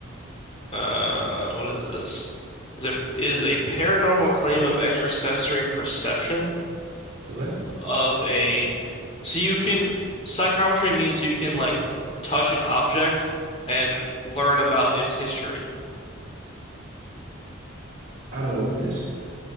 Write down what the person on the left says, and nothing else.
Uh, what is this? Is it is a paranormal claim of extrasensory perception
of a So you can psychometry means you can like touch an object and learn about its history.